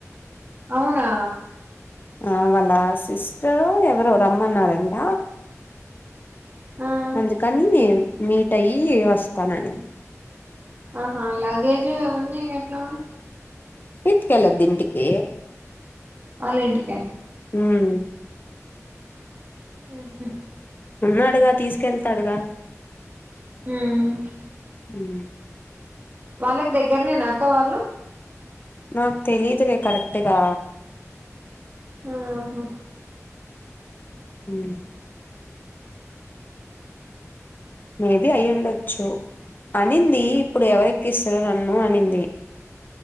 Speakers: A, on the right; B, on the left.
A: అవునా
B: ఆ వాళ్ళ సిస్టరు ఎవరో రమ్మన్నారంట
A: ఆ
B: అందుకని మీటయి వస్తానని
A: ఆహా లగేజ్ అవన్నీ ఎట్ల మరీ
B: ఇత్కల దింటికి
A: ఆళ్ళ ఇంటికి
B: ఉమ్
A: ఉహు
B: ఉన్నాడుగా తీసుకెళ్తాడుగా
A: ఉమ్
B: ఉమ్
A: వాళ్ళకి దగ్గరనేనాక్క వాళ్ళు
B: నాకు తెలీదులే కరెక్ట్గా
A: ఆహా
B: ఉమ్ మేబి అయ్యిండొచ్చు అనింది ఇప్పుడు ఎవరెక్కిస్తారో నన్ను అనింది